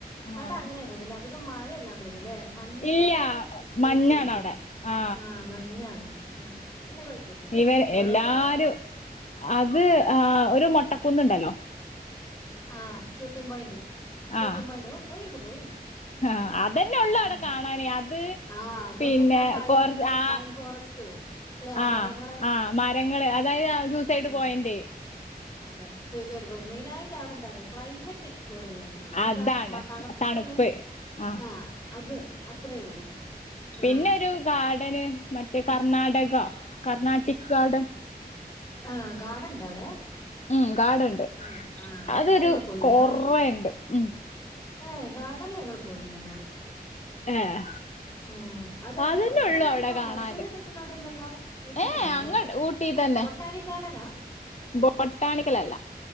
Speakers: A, on the left; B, on the left.
A: ആ
B: അവിടെ അങ്ങനെയാന്ന് തോന്നുന്നു അധികം മഴയല്ലാ തോന്ന്ന്നൂല്ലോ മഞ്ഞിന്റെ
A: ഇല്ല
B: ഒരു വീഴ്ച
A: മഞ്ഞാണ്
B: ആയിരിക്കും
A: അവിടെ ആ
B: ആഹ മഞ്ഞാണ് ആ പിന്നെ കെഴപ്പല്ല
A: ഇവർ
B: എവിടക്കെയാ
A: എല്ലാരും
B: പോയത്
A: അത് ആ ഒരു മെട്ടക്കുന്നുണ്ടല്ലോ
B: ആഹ് ഷൂട്ടിങ് പോയിൻ്റ് ഷൂട്ടിങ്
A: ആ
B: പോയൻ്റ് പോയിണ്ട് പോയിണ്ട്
A: ആ അതന്നെ ഉള്ളു അവിടെ
B: ഉം.
A: കാണാന്
B: ആഹ് അതും
A: പിന്നെ
B: പൈൻ
A: കൊറ ആ
B: പൈൻ ഫോറസ്റ്റും അല്ലെ ആ
A: ആഹ
B: മരങ്ങളെ
A: ആ മരങ്ങള് അതായത് സൂസൈഡ്
B: ഉം
A: പോയന്റ്
B: അതെ സൂയിസൈഡ് പോയിൻ്റ് മെയിനായിട്ട് അവിടെ എന്താ അറിയോ ക്ലൈമറ്റ് എക്സ്പ്ലോർ ചെയ്യ അത്രേ ഉള്ളു നമുക്ക്
A: അതാണ്
B: ആ തണുപ്പൊക്കെ
A: തണുപ്പ്
B: ഒന്ന്
A: ആഹ്
B: ആ അത് അത്രേ ഉള്ളൂ.
A: പിന്നെ
B: ആഹ്
A: ഒരു ഗാർഡന് മറ്റേ കർണാടക കർണാട്ടിക് ഗാർഡൻ.
B: ആ് ഗാർഡൻ ഉണ്ട അവിടെ?
A: ഉം ഗാർഡൻണ്ട്
B: ആഹ ആഹ
A: അതൊരു
B: അത് ഞങ്ങള് പോയില്ല
A: കൊറേണ്ട്
B: ഞങ്ങള്
A: ഉം
B: ഏഹ ഗാർഡന്ല് ഞങ്ങള് പോയില്ല എന്നാല്
A: ഏഹ്
B: ഉം അത് ഇവിടെ
A: അതന്നെ
B: ഇവിടെല്ലല്ലോ
A: ഉള്ളു അവിടെ കാണാന്
B: മൈസൂരക്കെ നടല്ലല്ലോ ഊട്ടി
A: ഏഹ്
B: തന്നെ അല്ലേ
A: അങ്ങ ഊട്ടി തന്നെ
B: ബൊട്ടാനി ഗാർഡനാ
A: ബൊട്ടാണിക്കല അല്ല